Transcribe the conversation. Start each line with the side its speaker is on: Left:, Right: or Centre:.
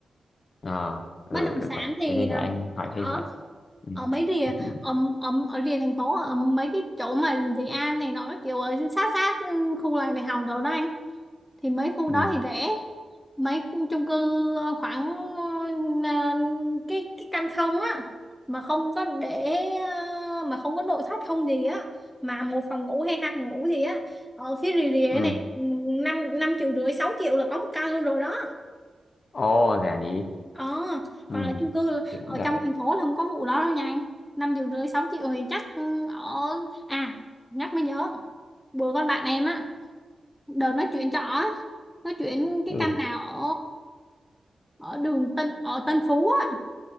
Left: Ờ, ừ,
Centre: bất động
Left: được
Centre: sản
Left: rồi.
Centre: thì
Left: Thế thì để
Centre: à,
Left: anh hỏi thêm
Centre: ở
Left: vậy. Ừ.
Centre: ở mấy rìa
Left: <laughs>
Centre: ở, ở, ở rìa thành phố ở mấy cái chỗ mà Dị An này nó các kiểu ở sát sát ừ, khu làng đại học đồ đó anh thì mấy khu
Left: Ừ.
Centre: đó thì rẻ mấy chung cư ờ, khoảng ờ, cái cái căn không á mà không có để ờ, mà không có nội thất không gì á mà một phòng ngủ hay hai phòng ngủ gì á ở phía rìa rìa
Left: Ừ.
Centre: này năm năm triệu rưỡi sáu triệu là có một căn luôn rồi đó
Left: Ồ, rẻ nhỉ.
Centre: ờ
Left: Ừ.
Centre: còn ở chung cư là-
Left: thì cũng
Centre: ở
Left: được
Centre: trong
Left: đấy.
Centre: thành phố là không có vụ đó đâu nha anh năm triệu rưỡi sáu triệu thì chắc ừ, ở à nhắc mới nhớ bữa con bạn em á đợt nó chuyển trọ á, nó chuyển cái
Left: Ừ.
Centre: căn nào ở ở đường Tân ở Tân Phú á